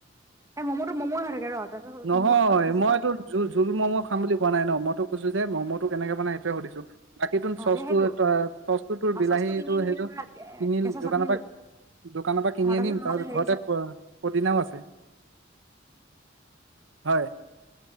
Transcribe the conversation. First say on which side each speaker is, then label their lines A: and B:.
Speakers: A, on the right; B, on the right.
A: এ ম'ম'টো ম'ম'ই হৈ থাকে ৰ তাৰপিছত
B: নহয়
A: ম'ম'টোতো সিজিব
B: মইতো জো জোল মম' খাম বুলি কোৱা নাই ন মইতো কৈছো যে মম'টো কেনেকে বনাই সেইটো সুধিছো বাকী তো
A: অ
B: চচটো
A: দে সেইটো
B: চচটো তোৰ
A: অ
B: বিলাহীটো
A: চচটো কিনি আনিবি
B: সেইটো
A: তাৰপৰা
B: কিনিল
A: কেঁচা
B: দোকানৰ
A: চাটনি
B: পৰা
A: ল'বি
B: দোকানৰ পৰা কিনি
A: অ
B: আনিম
A: নহ'লে
B: তাৰপিছত
A: হেৰি
B: ঘৰতে
A: চাট
B: পদিনাও আছে হয়